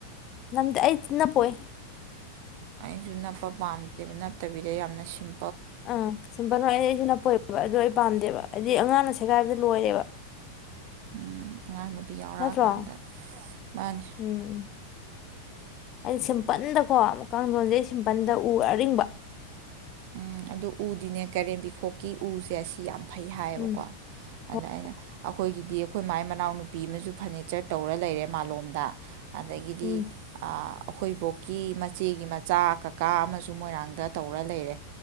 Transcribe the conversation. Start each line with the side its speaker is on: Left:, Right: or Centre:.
Left: ꯅꯝꯗꯦ ꯑꯩꯗꯤ ꯅꯞꯄꯣꯏ
Right: ꯑꯩꯁꯨ ꯅꯞꯄ ꯄꯥꯝꯗꯦꯕ ꯅꯞꯠꯇꯕꯤꯗ ꯌꯥꯝꯅ ꯁꯤꯝ
Left: ꯑꯥ ꯁꯤꯝꯄꯜ ꯅꯣꯏ ꯑꯩ ꯑꯩꯁꯨ ꯅꯄꯣꯏꯕ ꯑꯗꯨ ꯑꯩ ꯄꯥꯝꯗꯦꯕ ꯍꯥꯏꯗꯤ ꯑꯉꯥꯡꯅ ꯁꯦꯒꯥꯏꯕꯗ ꯂꯣꯏꯔꯦꯕ
Right: ꯎꯝ ꯑꯉꯥꯡ ꯅꯨꯄꯤ ꯌꯥꯎꯔꯛꯑꯀꯥꯟꯗ
Left: ꯅꯠꯇ꯭ꯔꯣ
Right: ꯃꯥꯅꯤ
Left: ꯎꯝ ꯑꯩ ꯁꯤꯝ ꯁꯤꯄꯟꯗꯀꯣ ꯀꯥꯡꯊꯣꯟꯁꯦ ꯁꯤꯝꯄꯟꯗ ꯎ ꯑꯔꯤꯡꯕ
Right: ꯎꯝ ꯑꯗꯨ ꯎꯗꯤꯅꯦ ꯀꯥꯔꯦꯝꯕꯤꯈꯣꯛꯀꯤ ꯎꯁꯦ ꯑꯁꯤ ꯌꯥꯝ ꯐꯩ ꯍꯥꯏꯌꯦꯕꯀꯣ
Left: ꯎꯝ ꯍꯣꯏ
Right: ꯑꯗ ꯑꯩꯅ ꯑꯈꯣꯏꯒꯤꯗꯤ ꯑꯈꯣꯏ ꯃꯥꯏ ꯃꯅꯥꯎ ꯅꯨꯄꯤ ꯑꯃꯁꯨ ꯐꯔꯅꯤꯆꯔ ꯇꯧꯔ ꯂꯩꯔꯦ ꯃꯥꯂꯣꯝꯗ ꯑꯗꯒꯤꯗꯤ
Left: ꯎꯝ
Right: ꯑꯑ ꯑꯈꯣꯏꯕꯨꯣꯛ ꯀꯤ ꯃꯆꯦꯒꯤ ꯃꯆꯥ ꯀꯛ ꯀꯥ ꯑꯃꯁꯨ ꯃꯣꯏꯔꯥꯡꯗ ꯇꯧꯔ ꯂꯩꯔꯦ